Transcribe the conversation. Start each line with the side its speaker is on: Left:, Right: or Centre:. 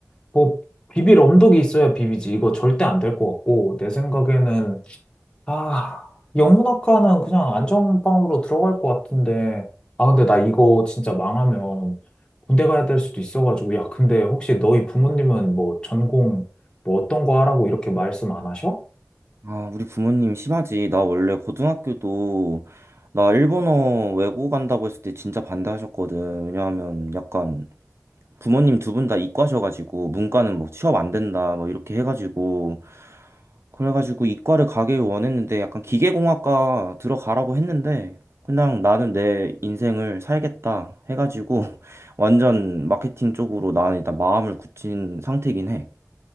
Left: 뭐 비빌 언덕이 있어야 비비지. 이거 절대 안 될 것 같고, 내 생각에는 아, 영문학과는 그냥 안전빵으로 들어갈 것 같은데. 아, 근데 나 이거 진짜 망하면 군대 가야 될 수도 있어가지고. 야, 근데 혹시 너희 부모님은 뭐 전공 뭐 어떤 거 하라고 이렇게 말씀 안 하셔?
Right: 아, 우리 부모님 심하지. 나 원래 고등학교도 나 일본어 외고 간다고 했을 때 진짜 반대하셨거든. 왜냐하면 약간 부모님 두 분 다 이과셔가지고 문과는 뭐 취업 안 된다 뭐 이렇게 해가지고 그래가지고 이과를 가길 원했는데 약간 기계공학과 들어가라고 했는데 그냥 나는 내 인생을 살겠다 해가지고 <laughs> 완전 마케팅 쪽으로 나는 일단 마음을 굳힌 상태긴 해.